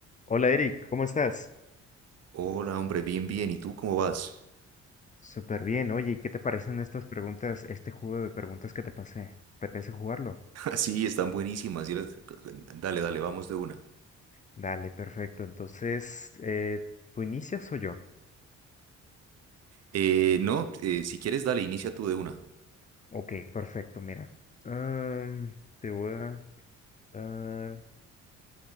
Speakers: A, on the left; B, on the right.
A: Hola Eric, ¿cómo estás?
B: Hola, hombre, bien, bien. ¿Y tú cómo vas?
A: Súper bien, oye, ¿y qué te parecen estas preguntas, este juego de preguntas que te pasé? ¿Te apetece jugarlo?
B: <laughs> Ah, Sí, están buenísimas. sí las- Dale, dale, vamos de una.
A: Dale, perfecto. Entonces, eh, ¿tú inicias o yo?
B: Eh, no, eh, si quieres, dale, inicia tú de una.
A: Ok, perfecto, mira. Am, te voy a dar...